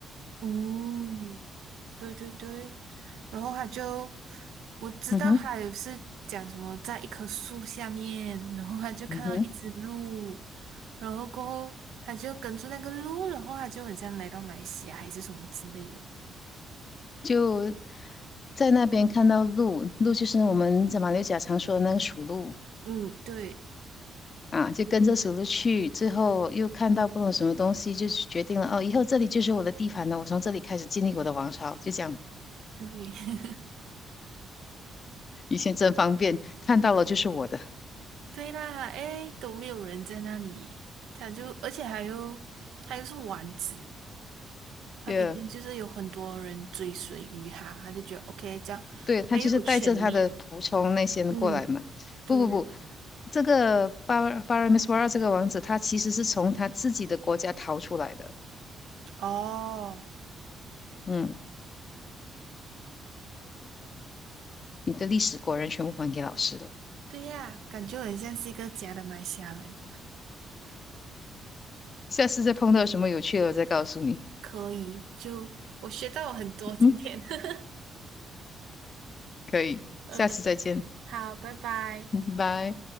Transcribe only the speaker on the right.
嗯对对对，然后他就我知道他有是讲什么在一棵树下面，
然后他就看到一只鹿，
然后过后他就跟着那个鹿，然后他就很像来到马来西亚还是什么之类的。
嗯，对
对，<laughs>
对啦，哎，都没有人在那里，他就，而且还有，他又是王子，他肯定就是有很多人追随于他，
他就觉得 OK，这样他又有权利，
嗯，对，
哦，
对呀，感觉我很像是一个假的马来西亚人，
可以，就我学到了很多今天
<laughs>
，OK，
好，拜拜。